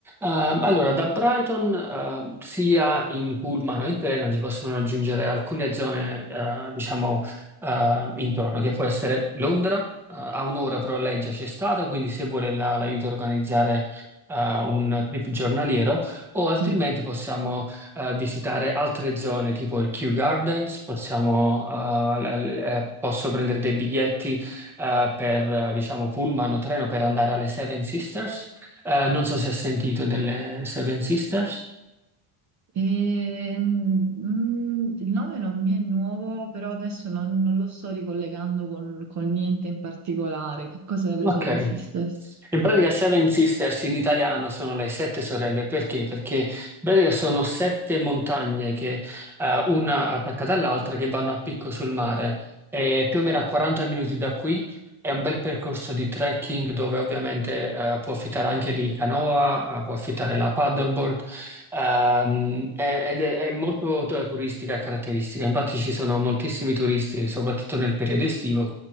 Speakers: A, in the centre; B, on the right.
A: allora da Brighton eh, sia in pullman o in treno si possono raggiungere alcune zone, eh, diciamo, eh, intorno, che può essere Londra, eh, a un'ora però lei già c'è stata, quindi se vuole la- l'aiuto a organizzare eh, un trip giornaliero, o altrimenti
B: Mm.
A: possiamo eh, visitare altre zone tipo il Kew Gardens, possiamo, eh, la- le- eh, posso prendere dei biglietti eh, per, eh, diciamo, pullman o treno per andare alle Seven Sisters eh, non so se ha sentito delle Seven Sisters.
B: Ehm, mm, il nome non mi è nuovo, però adesso non, non lo sto ricollegando con, con niente in particolare. Che cosa le
A: Ok.
B: Seven Sisters?
A: In pratica Seven Sisters in italiano sono le sette sorelle, perché? Perché in pratica sono sette montagne che eh, una attaccata all'altra che vanno a picco sul mare. E più o meno a 40 minuti da qui è un bel percorso di trekking dove ovviamente eh, può affittare anche lì canoa, eh, può affittare la paddleboard, ehm, è- ed è, è molto t- turistica e caratteristica. Infatti ci sono moltissimi turisti, soprattutto nel periodo estivo,